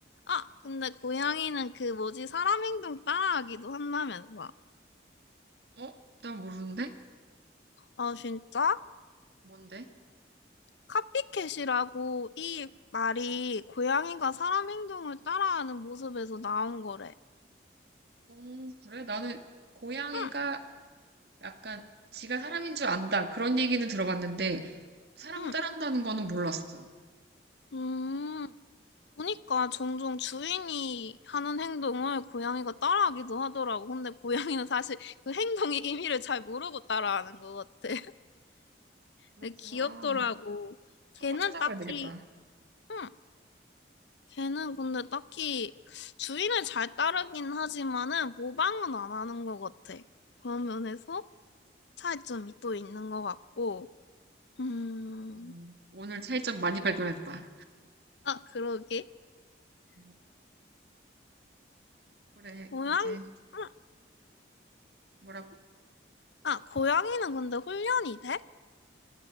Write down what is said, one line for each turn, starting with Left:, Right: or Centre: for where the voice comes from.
Left: 아, 근데 고양이는 그 뭐지 사람 행동 따라하기도 한다면서.
Right: 어? 난 모르는데?
Left: 아, 진짜?
Right: 뭔데?
Left: 카피캣이라고 이 말이 고양이가 사람 행동을 따라하는 모습에서 나온 거래.
Right: 음, 그래? 나는 고양이가
Left: 응,
Right: 약간 지가 사람인 줄 안다. 그런 얘기는 들어봤는데 사람을
Left: 응.
Right: 따라한다는 거는 몰랐어.
Left: 음, 보니까 종종 주인이 하는 행동을 고양이가 따라하기도 하더라고. 근데 고양이는 사실 그 행동의 의미를 잘 모르고 따라하는 것 같아. <laughs>
Right: 그렇구나.
Left: 근데 귀엽더라고.
Right: 한번
Left: 걔는
Right: 찾아봐야
Left: 딱히,
Right: 되겠다.
Left: 응. 걔는 근데 딱히 주인을 잘 따르긴 하지만은 모방은 안 하는 것 같아. 그런 면에서 차이점이 또 있는 것 같고, 음,
Right: 음, 오늘 차이점 많이 발견했다.
Left: 아, 그러게.
Right: 음, 그래,
Left: 고양이,
Right: 이제
Left: 음,
Right: 뭐라고?
Left: 아, 고양이는 근데 훈련이 돼?